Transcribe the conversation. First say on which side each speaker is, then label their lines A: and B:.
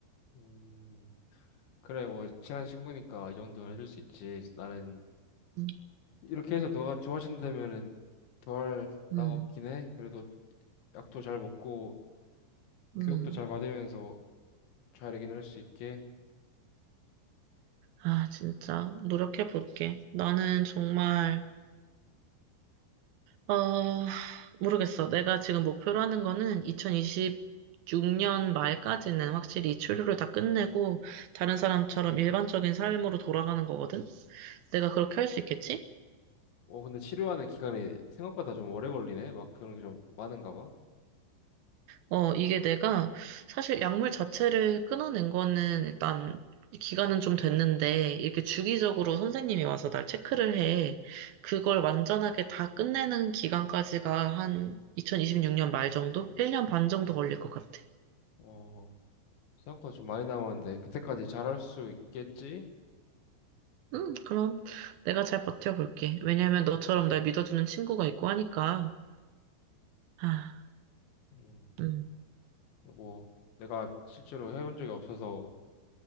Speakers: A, on the left; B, on the right.
A: 음. 그래, 뭐, 친한 친구니까 이 정도는 해줄 수 있지. 나는
B: 음,
A: 이렇게 해서 너가 좋아진다면은 더할 나가
B: 음,
A: 없긴 해. 그래도 약도 잘 먹고
B: 음.
A: 교육도 잘 받으면서 잘 해결할 수 있게.
B: 아, 진짜. 노력해 볼게. 나는 정말, 어, 모르겠어. 내가 지금 목표로 하는 거는 2026년 말까지는 확실히 이 치료를 다 끝내고 다른 사람처럼 일반적인 삶으로 돌아가는 거거든? 내가 그렇게 할 수 있겠지?
A: 어, 근데 치료하는 기간이 생각보다 좀 오래 걸리네. 막 그런 게 좀 많은가 봐.
B: 어, 이게 내가 사실 약물 자체를 끊어낸 거는 일단 기간은 좀 됐는데 이렇게 주기적으로 선생님이 와서 날 체크를 해. 그걸 완전하게 다 끝내는 기간까지가 한 2026년 말 정도? 1년 반 정도 걸릴 것 같아.
A: 어, 생각보다 좀 많이 남았는데 그때까지 잘할 수 있겠지?
B: 음, 그럼 내가 잘 버텨볼게. 왜냐면 너처럼 날 믿어주는 친구가 있고 하니까. 아,
A: 음,
B: 음,
A: 뭐 내가 실제로 해본 적이 없어서